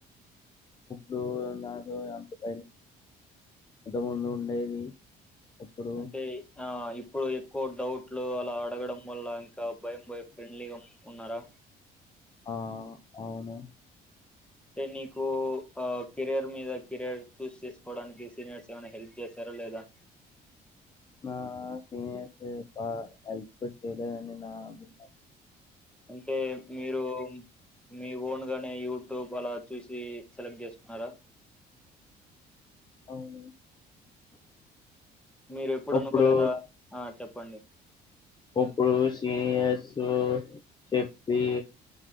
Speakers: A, on the left; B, in the centre.
A: డు నాకు అంత టైం ఇంతమందు ఉండేది ఇప్పుడు
B: అంటే ఆ ఇప్ ఇప్పుడు ఎక్కువ డౌట్లు అలా అడగడం వల్ల ఇంకా భయం భయం ఫ్రెండ్లీగా ఉన్నారా
A: ఆ అవును
B: అంటే నీకు ఆ కెరియర్ మీద కెరయర్ చూస్ చేసుకోవడానికి సీనియర్స్ ఏమైనా హెల్ప్ చేశారా లేదా
A: నా సీనియర్స్ బా హెల్ప్ చేయలేదని నా బా
B: ఉంటే మీరూం మీ ఓన్ గానే యూట్యూబ్ అలా చూసి సెలగ్న్ట్ చేసుకున్నారా
A: అవును
B: మీర్ ఎప్పుడు
A: ఇప్పుడు
B: అనుకోలేదా ఆ చెప్ ప్పడి
A: ఇప్పుడు సీనియర్స్ చెప్పి